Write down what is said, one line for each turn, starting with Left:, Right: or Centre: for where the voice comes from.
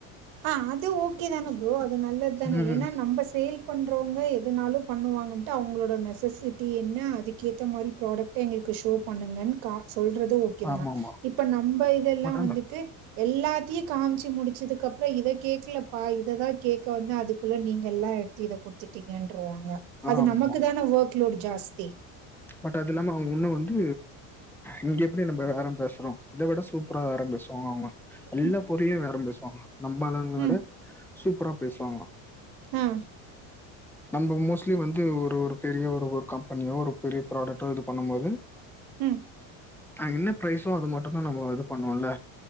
Right: ஆ அது ஓகே தான ப்ரோ அது நல்லத் தானே
Centre: ம்
Right: ஏனா நம்ப சேல் பண்றவுங்க எதனாலு பண்ணுவாங்கன்ட்டு அவுங்ளோட நெசசிட்டி என்ன அதுக்கேத்த மாரி ப்ராடக்ட் எங்கள்க் கு ஷோ பண்ணுங்கன் கா சொல்றது ஓகே தான
Centre: ஆமா ஆமா
Right: இப்ப நம்ம இதெல்லா
Centre: பட்
Right: வந்துட்டு எல்லாத்தியு காம்ச்சி முடிச்சதுக்கப் றோ இத கேக்கலேப்பா இததா கேக்க வந்தே அதுக்குள்ள நீங்க எல்லா எடுத்து இத குடுத்துட்டீங்கன் ட்ருவாங்க அது
Centre: ஆமா
Right: நமக்கு தானே வர்க்லோட் ஜாஸ்தி
Centre: பட் அதுல்லாம அவுங்க உன்னூ வந்து இங்க எப்டி நம்ப அரம்டஸ் றோ இத விட சூப்பரா வேற பேசுவாங்க அவுங்க எல்லா
Right: ம்,
Centre: புரியவேறம் பேசுவாங்க நம்பலாங்ளட
Right: ம்.
Centre: சூப்பரா பேசுவாங்க
Right: ஆ.
Centre: நம்ம மோஸ்ட்லி வந்து ஒரு ஒரு பெரிய ஒரு ஒரு கம்பெனியோ ஒரு பெரிய ப்ராடக்டோ இது பண்ணும் போது
Right: ம்.
Centre: என்ன பிரைஸோ அது மட்டுதா நம்ம இது பண்ணுவோல்ல